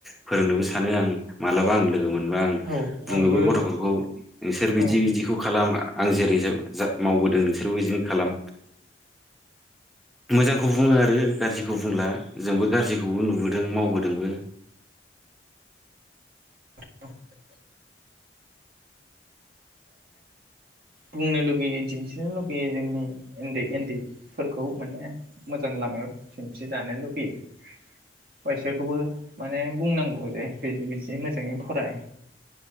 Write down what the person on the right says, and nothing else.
औ
आंबो
औ
<unintelligible> बुंनो लुगैयो दिन्थिनो लुगैयो जोंनि उन्दै उन्दैफोरखौ माने मोजां लामायाव दिन्थिजानो लुगैयो बायसोरखौबो माने बुंनांगौ जे बेदि बिदि मोजाङै फराय